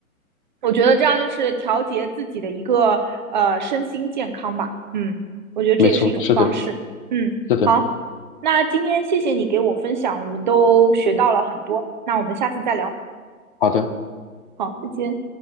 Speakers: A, on the right; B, on the left.
A: 我觉得这样就是调节自己的一个呃身心健康吧。嗯，我觉得这也是一种方式。
B: 没错，是的，
A: 嗯，
B: 是的，
A: 好，那今天谢谢你给我分享，我们都学到了很多。那我们下次再聊。
B: 好的。
A: 好，再见。